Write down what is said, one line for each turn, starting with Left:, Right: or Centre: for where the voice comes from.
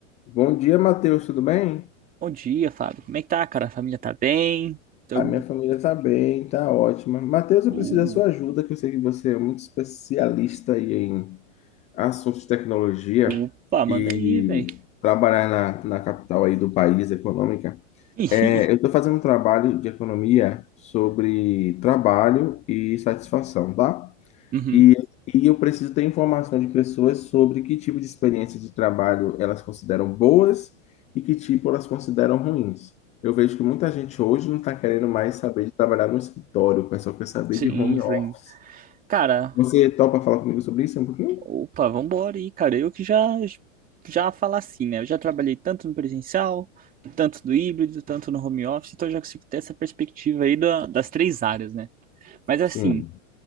Left: Bom dia, Matheus, tudo bem?
Right: Bom dia, Fábio. Como é que tá, cara? A família tá bem? Tô...
Left: A minha família tá bem, tá ótima. Matheus,
Right: Uh,
Left: eu preciso da sua ajuda, que eu sei que você é muito especialista aí em assuntos de tecnologia
Right: opa, manda
Left: e
Right: aí, velho.
Left: trabalhar na, na capital aí do país, econômica.
Right: <laughs>
Left: É, eu estou fazendo um trabalho de economia sobre trabalho e satisfação, tá?
Right: Uhum.
Left: E, e eu preciso ter informação de pessoas sobre que tipo de experiência de trabalho elas consideram boas e que tipo elas consideram ruins. Eu vejo que muita gente hoje não está querendo mais saber de trabalhar no escritório, o pessoal quer saber
Right: Sim,
Left: de home
Right: sim.
Left: office.
Right: Cara,
Left: Você topa falar comigo sobre isso um pouquinho?
Right: opa, vambora aí, cara. Eu que já já falar assim, né? Eu já trabalhei tanto no presencial, tanto no híbrido, tanto no home office, então eu já consigo ter essa perspectiva aí da- das três áreas, né? Mas assim,
Left: Sim,